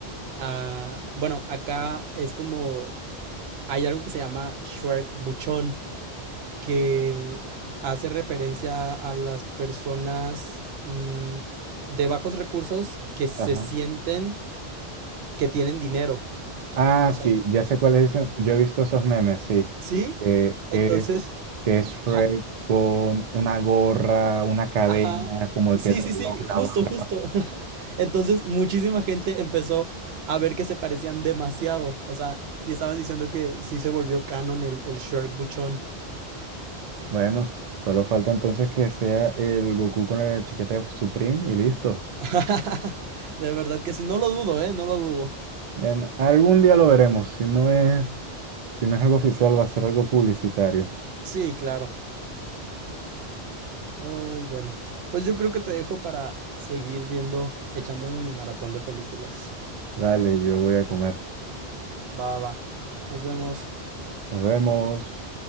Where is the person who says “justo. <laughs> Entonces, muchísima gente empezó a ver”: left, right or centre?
Right